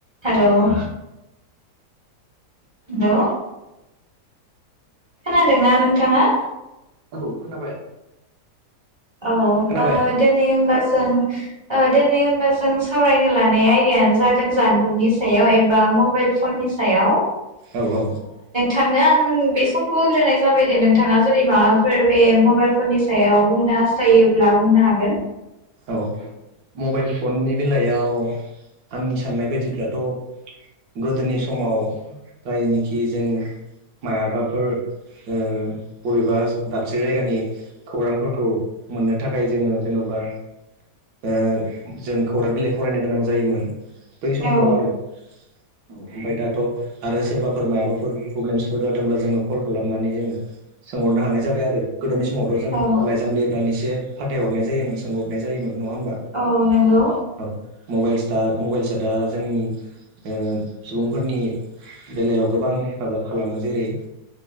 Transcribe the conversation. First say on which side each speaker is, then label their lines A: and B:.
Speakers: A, on the right (about 30°); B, on the right (about 70°).
A: हेल' hello खोनादोंना नोंथाङा
B: औ खोनाबाय
A: औ
B: खोनाबाय
A: आ दोनि ओमबा जों दिनै होमबा जों सावरायनो लानाय आयदायानो जादों जानबुंनि सायाव एबा मबाइल फननि सायाव
B: औ औ
A: थांनो आं बे समखौ होग्रोनाय जाबाय दे नोंथाङा जुदि माबाफोर बे मबाइल फननि सायाव बुंनो हासा फिथायोब्ला बुंनो हागोन
B: औ मबाइल फननि बेलायाव आंनि साननाय बायदिब्लाथ' गोदोनि समाव जायनिखि जों मायाबाफोर ओ बबेबा दाबसे जायगानि खौरांफोरखौ मोननो थाखाय जोङो जेन'बा जों खौरां बिलाइ फरायनो गोनां जायोमोन बै समफोराव
A: औ
B: आरो ओमफ्राय दाथ' आरो सोरबाफोर मायाबाफोर प्रब्लेमसफोर जादोंब्ला जोङो कल खालामनानै जोङो सोंहरनो हानाय जाबाय आरो गोदोनि समावथ' जों
A: औ
B: लाइजाम लिरनानैसो फाथायहरनाय जायोमोन सोंहरनाय जायोमोन नङा होमबा
A: औ नोंगौ
B: औ मबाइल स मबाइल सार्टआ जोंनि सुबुंफोरनि बेलायाव गोबां हेफाजाब खालामो जेरै